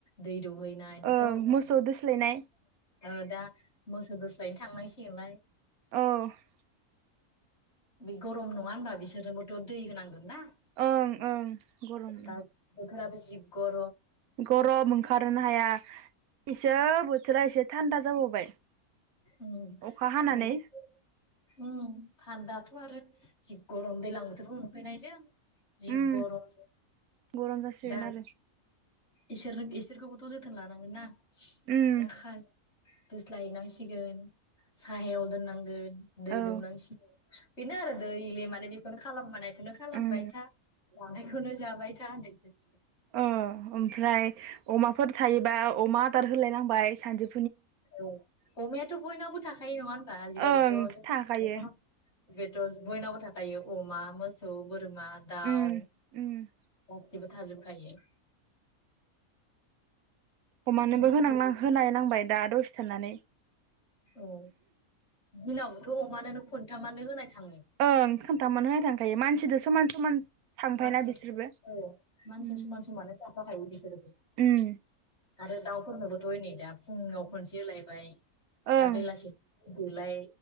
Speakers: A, on the left (about 45°); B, on the right (about 80°).
A: दै दौहैनाय दाथ'
B: ओं मोसौ दोस्लायनाय
A: <unintelligible> दा मोसौ दो लाय थांनांसिगोनलाय
B: औ
A: बे गरम नङा होनबा बिसोरनोबोथ' दै होनांगोन ना।
B: ओं ओं गरम
A: दा बोथोराबो जि ग
B: गरम ओंखारोनो हाया इसोर बोथोरा एसे थान्दा जाबावबाय।
A: उम
B: अखा हानानै
A: बहुट उम थान्दाथ' आरो जि गरम दैलां बोथोरबो मोनफैनायजों जि
B: उम
A: गरम
B: गरम जासिगोन
A: दा
B: आरो
A: इसोर इसोरखौबोथ' जोथोन लानांगोनना
B: उम
A: दा खाय दोस्लाय हैनांसि इगोन साहायाव दोननांगोन दै
B: औ
A: दौनांसिगोन बेनो आरो दै इले माने बेखौनो खालाम माने बेखौनो खालामबाय
B: उम
A: था जानायखौनो जाबाय था होननायसो जासि
B: अ ओमफ्राय अमाफोर थायोबा अमा आदार होलायनांबाय सानजु
A: औ अमयाथ' बयनावबो थाखायो नङा होनबा आजिखालिथ'
B: ओं
A: <unintelligible>
B: थाखायो
A: बेदर बयनावबो थाखायो अमा मोसौ बोर मा दाउ
B: उम उम
A: अ जेबो थाजोबखायो
B: अमानोबो
A: बेनो
B: होनांनां होनाय नांबाय दा दसे थानानै
A: औ उनावथ' अमानानो खनथामानो होनाय थाङो
B: ओं खोन्थामानो होनाय थां खायो मानस सिदो समान समान थांफायना
A: मानसिजों
B: बिसोरबो
A: सम औ मानसिजों
B: उम
A: समान समानो जाफाखायो बेफोरबो
B: उम
A: आरो दाउफोर फोरनोबोथ' हनै दा फुङाव खनसे होलायबाय
B: ओं
A: दा बेलासि दलाय